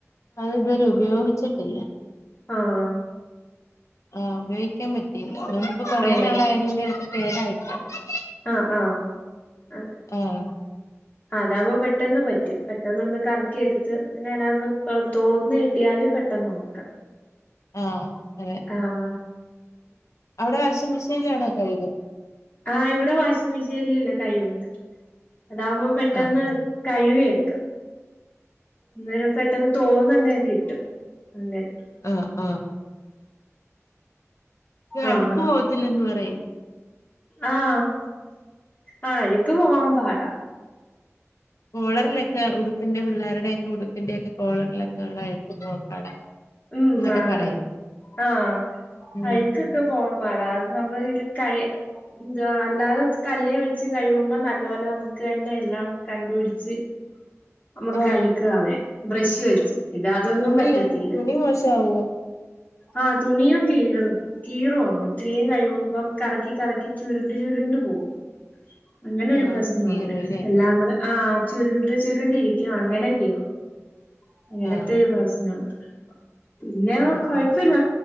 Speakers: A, on the left; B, on the left.
A: അത് ഇതുവരെ ഉപയോഗിച്ചിട്ടില്ല
B: ആഹ
A: ആഹ് ഉപയോഗിക്കാൻ പറ്റിയില്ല അതു കൊണ്ടിപ്പോ കൊറേ
B: ആഹ്
A: നാളായത് കൊണ്ട്. കേടായിക്ക <unintelligible>
B: ആഹ് ആഹ് അതെ.
A: ഏഹ്.
B: ആഹ് അതാവുമ്പോ പെട്ടെന്ന് പറ്റും. പെട്ടെന്ന് ഒന്ന് കറക്കിയെട്ത്ത് പിന്നെ അ <unintelligible> നാത്ത് തോർന്ന് കിട്ടിയാല് പെട്ടെന്ന് ഉണക്ക.
A: ആഹ് അതെ.
B: ആഹ്.
A: അവിടെ വാഷിം മെഷീന്ലാണോ കയ്കു
B: ആഹ് ഇവിടെ വാഷിംഗ് മിഷീന്ലല്ലേ കയ്കുന്ന അതാവുമ്പം പെട്ടെന്ന്.
A: ആഹ് ആഹ്
B: കഴുവിയെട്ക്കാം. എന്ന <unintelligible> പെട്ടെന്ന് തോർന്നങ്ങനെ കിട്ടും അങ്ങനെ.
A: ആഹ് ആഹ്. അഴ്‌ക്ക്
B: ആഹ്
A: പോകത്തില്ലന്ന് പറയും.
B: ആഹ് ആഹ് അഴ്‌ക്ക് പോവാൻ പാടാ.
A: കോളറ്ലൊക്കെ ഉടുപ്പിന്റെ പിള്ളേരുടെക്കെ ഉടുപ്പിന്റെ ഒക്കെ കോളറ്ലൊക്കെ ഉള്ള അഴ്‌ക്ക് പോകൻ പാടാ.
B: ഉം
A: എന്നൊക്കെ
B: അതെ
A: പറയും
B: അത ആഹ്
A: ഉം
B: അഴ്ക്ക്‌. ക്ക് ‌പോകാൻ പാടാ അ നമ്മൾ ഇതിൽ കൈ ന്തോ അല്ലാതെ കല്ലെ വെച്ച് കഴുകുമ്പം നല്ലോലെ നമുക്കെന്നെ എല്ലാം കണ്ടു പിടിച്ച്. നമ്മുക്ക്
A: ആഹ്
B: അഴ്‌ക്ക്‌ കളയാ ബ്രഷ് വെച്ച് ഇത് അതൊന്നും
A: തുണിയോ
B: പറ്റത്തില്ല.
A: തുണി മോശാവോ
B: ആഹ് തൂണിയും കീറും. കീറു അങ്ങ് ഇത്തിരി കഴിയുമ്പോ കറക്കി കറക്കി ചുരുണ്ട് ചുരുണ്ട് പോവും. അങ്ങനെ
A: ആഹ്
B: ഒരു പ്രശ്നൊണ്ട്
A: കീറും അല്ലേ
B: എല്ലാം കൂടെ ആ ചുരുണ്ട് ചുരുണ്ട്. ണ്ടിരിക്ക അങ്ങനെ കീറും അങ്ങനത്തെ
A: ആഹ്
B: ഒരു പ്രശ്നാണ്. പിന്നെ
A: ഉം
B: കൊഴപ്പില്ല
A: ഉം